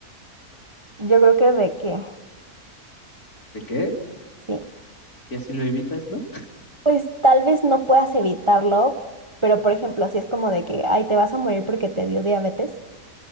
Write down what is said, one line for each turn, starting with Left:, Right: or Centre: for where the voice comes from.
Right: Yo creo que de que,
Left: ¿De qué?
Right: sí.
Left: Y así lo evitas, ¿no?
Right: Pues tal vez no puedas evitarlo, pero por ejemplo, si es como de que, ay, te vas a morir porque te dio diabetes.